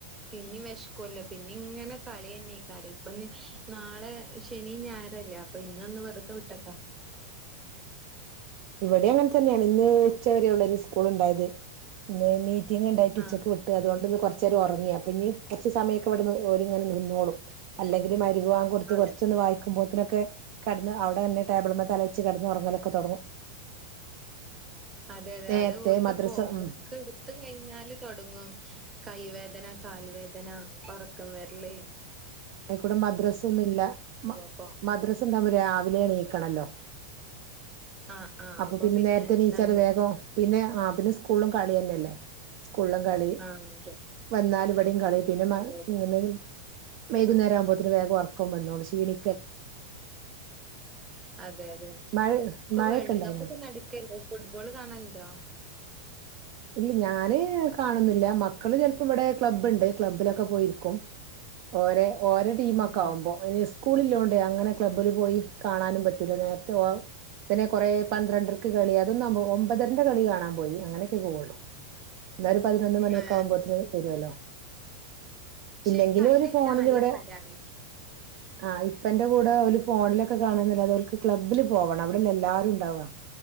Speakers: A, on the right; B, on the right.
A: പി <unintelligible> <unintelligible> പിന്നെ ഇങ്ങനെ കളി തന്നെയാ ഇപ്പൊ നാളെ ശനിയും ഞായറും അല്ലേ അപ്പൊ ഇന്നൊന്ന് വെറുത വിട്ടേക്കാം
B: ഇവിടെ അങ്ങനെ തന്നെയാണ് ഇന്ന് ഉച്ച വരെയുള്ളൂ സ്കൂൾ ഉണ്ടായത് ഇന്ന് ഇനി - തിങ്ങ ഉണ്ടായിട്ട് ഉച്ചക്ക്
A: ആഹ്
B: വിട്ട് അതുകൊണ്ട് ഇന്ന് കുറച്ചു നേരം ഉറങ്ങിയപ - ഇനി കുറച്ച് സമയമൊക്കെ ഇ വിടുന്ന് ഒരുങ്ങി നിന്നോളും അല്ലെങ്കില് മ - വിഭ <unintelligible> വാം കൊടുത്ത്
A: അതെ
B: കുറച്ചൊന്ന് വായിക്കുമ്പോ ഇത്ര ഒക്കെ - അവിടെ തന്നെ ടേബിൽമേ തലവെ ച്ച് കിടന്ന് ഒറങ്ങൽ ഒക്കെ തൊടങ്ങും
A: അതെ അതെ
B: നേരത്തെ
A: അത് ഓലക്ക്
B: മദ്രസ ഉം
A: ബുക്ക് എടുത്ത് കഴിഞ്ഞാല് തുടങ്ങും കൈവേദന കാല് വേദന എന്നാ ഉറക്കം വരലേ
B: അയിക്കൂടെ മദ്രാസ ഒന്നുമില്ല മ
A: അപ്പൊ.
B: മദ്രസ് ഉണ്ടാകുമ്പോ രാവിലെ എണീ- ക്കണല്ലോ
A: ആ ആ
B: അപ്പൊ
A: അപ്പം
B: പിന്നെ നേരത്തെ എണീച്ചാല്
A: ആണ്
B: വേഗം പിന്നെ ആ പിന്നെ- ഫുള്ളും കളി തന്നെയല്ലേ <unintelligible> ഫുള്ളും കളി
A: ആ അതെ
B: വന്നാലും ഇ - കളയിം പിന്നെ മാ
A: അതെ
B: <unintelligible> വെയ്കുന്നേരം ആകുമ്പോത്തിന് വേഗം ഒറക്കോം വന്നോളും ഷീണി
A: അതെ അതെ
B: മഴ
A: ഇപ്പൊ
B: മഴയൊക്കെ
A: വേൾഡ്
B: ഇണ്ടായിനോ
A: കപ്പ് ഒക്കെ നടക്കല്ലേ ഫുട്ബോൾ കാണല്ണ്ടോ?
B: ഇല്ല ഞാന് കാണൊന്നില്ല മക്കള് ചെലപ്പോ ഇവിടെ ക്ലബ്ബുണ്ട് ക്ലബ്ബിലൊക്കെ പോയിരിക്ക് ക്കും ഓരെ ഓരെ ടീമൊക്കെ
A: ഉം
B: ആവുമ്പോ അയിന് ഇസ്കൂളിളേളാണ്ടെ അങ്ങനെ ക്ലബ്ബിൽ പോയി കാണാനും പറ്റൂല്ല നേരത്തെ ഒ ഇതിനെ കൊറെ പന്ത്രണ്ടരക്ക് കളി അതൊന്നും ഒമ്പതരന്റെ കളി കാണാൻ പോയി അങ്ങനെയെക്കെ <unintelligible> പോവുള്ളൂ ന്നാ ഒരു പതിനൊന്ന് മണിയൊക്കെ
A: ഏ
B: ആവുമ്പോത്തിന് വരുല്ലോ
A: പക്ഷെ
B: ഇല്ലെങ്കിലും
A: കണ്ടിരിക്കാൻ
B: ഓല് ഫോണില്
A: നല്ല
B: ഇവിടെ
A: ഹരാണ്.
B: ആ ഇപ്പന്റെ കൂടെ ഓല് ഫോണിലൊക്കെ കാണാന്നല്ലാതെ ഓല്ക്ക് ക്ലബ്ബില് പോവണം അവിടെല്ലെ എല്ലാരും ഇണ്ടാവാ